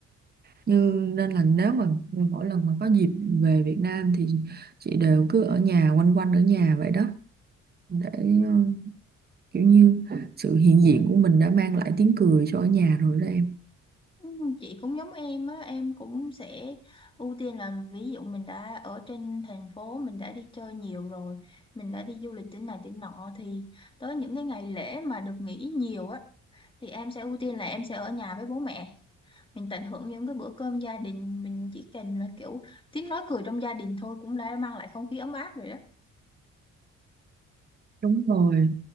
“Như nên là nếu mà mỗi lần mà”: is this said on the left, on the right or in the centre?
Right